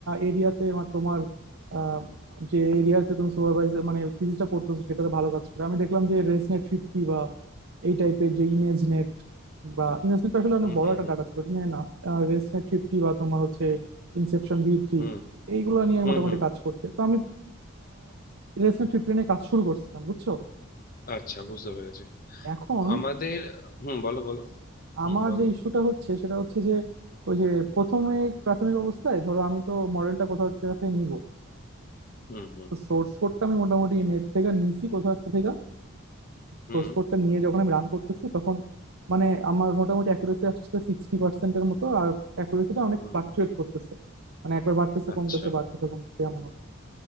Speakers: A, on the right (about 70°); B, on the left (about 40°).
A: এরিয়াতে তোমার আহ, যে এরিয়াতে তুমি সুপারভাইজার মানে থিসিসটা করতেছো সেটাতে ভালো কাজ করে আমি দেখলাম যে রেজনেট ফিফটি বা এই টাইপের যে ইমেজ নেট বা ইমেজ নেট আসলে অনেক
B: হুম
A: বড়
B: হুম
A: একটা
B: হুম
A: ডাটা সেট ওটা নিয়ে না রেজনেট ফিফটি বা তোমার হচ্ছে ইনসেপশন ভি থ্রি
B: হুম
A: এইগুলো নিয়ে
B: হুম
A: মোটামুটি
B: হুম
A: কাজ করতে তো আমি রেজনেট ফিফটি নিয়ে কাজ শুরু করছিলাম বুঝছো
B: আচ্ছা বুঝতে পেরেছি
A: এখন
B: আমাদের হুম বলো বলো হুম
A: আমার
B: বলো
A: যে ইস্যুটা হচ্ছে সেটা হচ্ছে যে ওই যে প্রথমে প্রাথমিক অবস্থায় ধরো আমি তো মডেলটা কোথাও এক জায়গা থেকে নিব
B: হুম হুম
A: তো সোর্স কোডটা আমি মোটামুটি নেট থেকে নিছি কোথাও একটা থেকে
B: হুম
A: সোর্স কোডটা নিয়ে যখন আমি রান করতেছি তখন মানে আমার মোটামুটি অ্যাকুরেসি আসছে সিক্সটি পার্সেন্টের মতো আর অ্যাকুরেসিটা অনেক
B: হুম
A: ফ্লাকচুয়েট করতেছে মানে একবার বাড়তেছে
B: আচ্ছা
A: কমতেছে বাড়তেছে কমতেছে এমন হচ্ছে